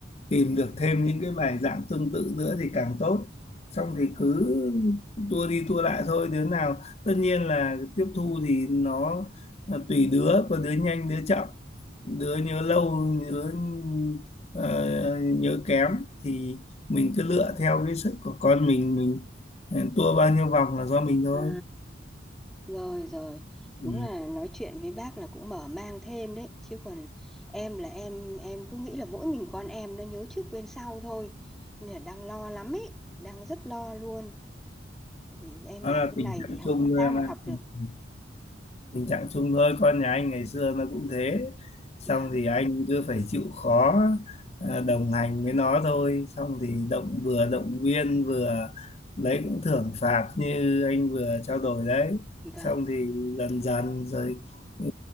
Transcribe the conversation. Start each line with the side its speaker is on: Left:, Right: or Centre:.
Left: tìm được thêm những cái bài giảng tương tự nữa thì càng tốt xong thì
Centre: à,
Left: cứ tua đi tua lại thôi đứa nào tất nhiên là tiếp thu thì nó là tùy đứa có đứa nhanh đứa chậm đứa nhớ lâu nhớ ờ, nhớ kém thì mình cứ lựa theo cái sức của con mình mình ờ, tua bao nhiêu vòng là do mình thôi
Centre: à, rồi rồi đúng
Left: ừ.
Centre: là nói chuyện với bác là cũng mở mang thêm đấy chứ còn em là em em cứ nghĩ là mỗi mình con em nó nhớ trước quên sau thôi nên là đang lo lắm ấy đang rất lo luôn Ừ, em
Left: đó
Centre: bảo
Left: là
Centre: thế
Left: tình
Centre: này
Left: trạng
Centre: thì học
Left: chung
Centre: làm
Left: thôi
Centre: sao
Left: em
Centre: mà
Left: ạ
Centre: học được
Left: Ừ. tình trạng chung thôi con nhà anh ngày xưa nó cũng thế xong
Centre: vâng
Left: thì anh cứ phải chịu khó à, đồng hành với nó thôi xong thì động vừa động viên vừa lấy cũng thưởng phạt như anh vừa trao đổi đấy
Centre: vâng
Left: xong thì dần dần rồi ừ,